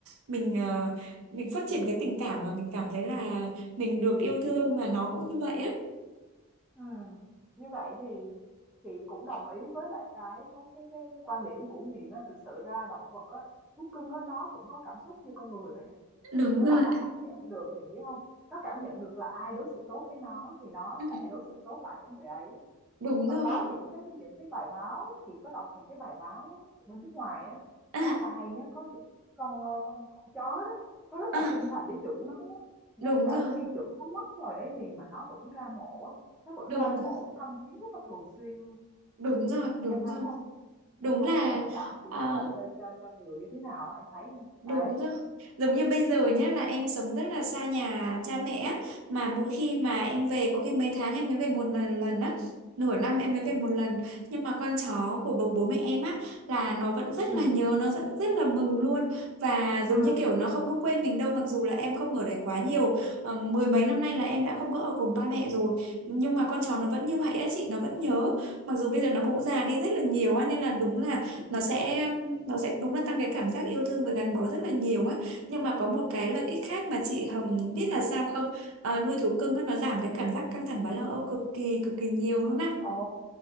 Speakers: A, on the right; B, in the centre.
A: mình ờ, mình phát triển cái tình cảm mà mình cảm thấy là mình được yêu thương và nó cũng như vậy á
B: Ừ. Như vậy thì chị cũng đồng ý với lại cái cái cái cái, cái quan điểm của Huyền á, thực sự ra động vật á, thú cưng á nó cũng có cảm xúc như con người vậy á.
A: Đúng
B: Tức
A: rồi.
B: là nó cảm nhận được Huyền biết không? Nó cảm nhận được là ai đối xử tốt với nó thì nó
A: Ừ,
B: sẽ đối xử tốt lại với người ấy
A: đúng
B: và
A: rồi
B: có những cái những cái bài báo chị có đọc những cái bài báo bên nước ngoài á
A: à,
B: khá là hay á có những con ờ, con con chó đó nó rất
A: à,
B: là trung thành với chủ nó á ngay
A: đúng
B: cả
A: rồi
B: khi chủ nó mất rồi đấy Huyền mà nó vẫn ra mộ á nó vẫn
A: đúng
B: ra
A: rồi
B: mộ thăm viếng rất là thường xuyên luôn
A: đúng rồi đúng
B: em thấy
A: rồi
B: không
A: đúng
B: em thấy
A: là
B: cái tình cảm
A: à,
B: của nó dành cho cho cho người như thế nào á em thấy không
A: Đúng
B: đấy
A: rồi. Giống như bây giờ nhá là em sống rất là xa nhà cha mẹ á, mà mỗi khi mà em về có khi mấy tháng em mới về một lần lần á, nửa năm em mới về một lần. Nhưng mà con chó của bố bố mẹ em á là nó vẫn rất
B: ừ
A: là nhớ, nó rất, rất là mừng luôn và
B: ừ
A: giống như kiểu nó không có quên mình đâu mặc dù là em không ở đấy quá nhiều. Ờ, mười mấy năm nay là em đã không có ở cùng ba mẹ rồi, nhưng mà con chó nó vẫn như vậy á chị, nó vẫn nhớ. Mặc dù bây giờ nó cũng già đi rất là nhiều á nên là đúng là nó sẽ nó sẽ đúng là tăng cái cảm giác yêu thương và gắn bó rất là nhiều á nhưng mà có một cái lợi ích khác mà chị Hồng biết là sao không Ờ, nuôi thú cưng á, nó giảm cái cảm giác căng thẳng và lo âu cực kỳ cực kỳ nhiều luôn á
B: ồ